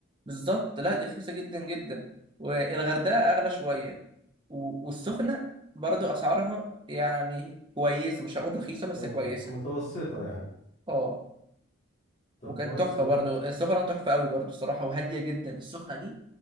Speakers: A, on the right (about 25°); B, on the left (about 35°).
A: بالظبط لا دي رخيصة جدا جدا والغردقة أغلى شوية و- والسخنة برضو أسعارها يعني كويسة مش هقول رخيصة بس
B: اه
A: كويسة
B: متوسطة يعني
A: اه
B: طب
A: وكانت
B: كويس
A: تحفة
B: والله
A: برضو السخنة تحفة قوي برضو الصراحة وهادية جدا السخنة دي